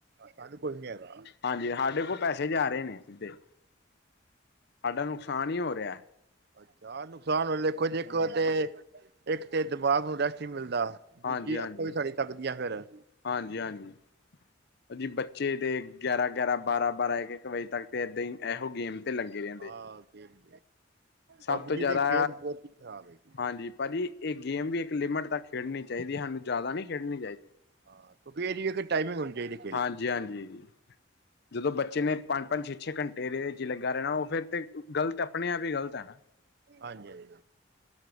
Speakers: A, on the right (about 55°); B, on the left (about 55°).
A: ਸਾਨੂੰ ਕੁਛ ਨਹੀਂ ਹੈਗਾ।
B: ਹਾਂਜੀ, ਸਾਡੇ ਕੋਲ ਪੈਸੇ ਜਾ ਰਹੇ ਨੇ ਸਿੱਧੇ ਸਾਡਾ ਨੁਕਸਾਨ ਹੀ ਹੋ ਰਿਹਾ ਹੈ।
A: ਅੱਛਾ ਨੁਕਸਾਨ ਹੋਏ ਦੇੇਖੋ ਜੇ ਇੱਕ
B: ਹਾਂਜੀ।
A: ਤੇ ਇੱਕ ਤੇ ਦਿਮਾਗ ਨੂੰ ਰੈਸਟ ਨਹੀਂ ਮਿਲਦਾ
B: ਹਾਂਜੀ
A: ਦੂਜੀ
B: ਹਾਂਜੀ
A: ਅੱਖੋਂ ਵੀ ਥਕ ਦੀਆ ਫਿਰ।
B: ਹਾਂਜੀ, ਹਾਂਜੀ। ਜੀ ਬੱਚੇ ਤੇ ਗਿਆਰਾਂ ਗਿਆਰਾਂ ਬਾਰਾਂ ਬਾਰਾਂ ਇੱਕ ਇੱਕ ਵਜੇ ਤੱਕ ਤੇ ਏਦਾਂ ਹੀ ਇਹੋ ਗੇਮ ਤੇ ਲੱਗੇ। ਰਹਿੰਦੇ।
A: ਹਾਂ ਗੇਮ
B: ਸਭ
A: ਪਬਜੀ
B: ਤੋਂ ਜ਼ਿਆਦਾ
A: ਤੇ ਗੇਮ ਬਹੁਤ ਹੀ ਖ਼ਰਾਬ ਹੈਗੀ ਹੈ।
B: ਹਾਂਜੀ, ਭਾਜੀ। ਇਹ ਗੇਮ ਵੀ ਇੱਕ ਲਿਮਿਟ ਤੱਕ ਖੇਡਣੀ ਚਾਹੀਦੀ ਹੈ। ਸਾਨੂੰ ਜ਼ਿਆਦਾ ਨਹੀਂ ਖੇਡਣੀ ਚਾਹੀਦੀ ਹੈ।
A: ਹਾਂ ਕਿਉਂਕਿ ਇਹ ਦੀ ਇੱਕ ਟਾਈਮਿੰਗ ਹੋਣੀ ਚਾਹੀਦੀ ਹੈ।
B: ਹਾਂਜੀ, ਹਾਂਜੀ ਜੀ। ਜਦੋਂ ਬੱਚੇ ਨੇ ਪੰਜ ਪੰਜ ਛੇ ਛੇ ਘੰਟੇ ਇਹਦੇ ਵਿੱਚ ਲੱਗਾ ਰਹਿਣਾ ਉਹ ਫਿਰ ਤੇ ਗ਼ਲਤ ਆਪਣੇ ਆਪ ਹੀ ਗ਼ਲਤ ਹੈ ਨਾ।
A: ਹਾਂਜੀ, ਹਾਂਜੀ।